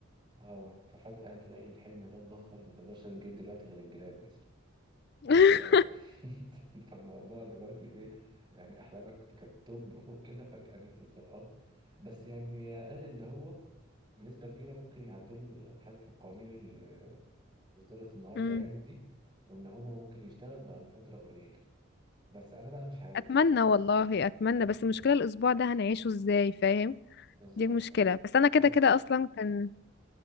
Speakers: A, on the right; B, on the left.
A: اه ففجأة تلاقي الحلم ده اتبخر وما تقدرش تجيب دلوقتي غير الجلاب مثلا
B: <laughs>
A: ف... <laughs> فالموضوع دلوقتي ايه يعني احلامك كانت توب فوق كده فجأة نزلت في الارض بس يعني قال اللي هو بنسبة كبيرة ممكن يعدلوا حاجة في القوانين اللي اصدرت النهاردة
B: مم.
A: يعني دي وان هو ممكن يشتغل بعد فترة قليلة بس انا بقى مش عارف
B: اتمنى والله اتمنى بس المشكله الاسبوع ده هنعيشه ازاي فاهم
A: بالظبط
B: دي المشكله بس انا كده
A: انا
B: كده اصلا كان